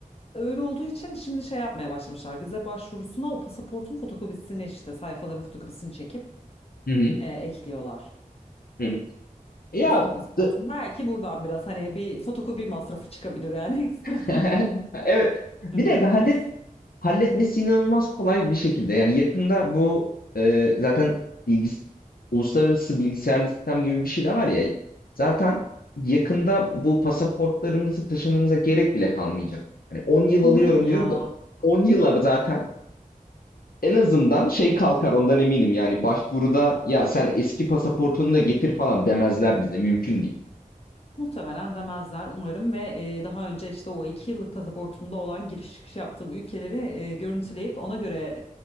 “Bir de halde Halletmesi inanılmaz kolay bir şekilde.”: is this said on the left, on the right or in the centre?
Left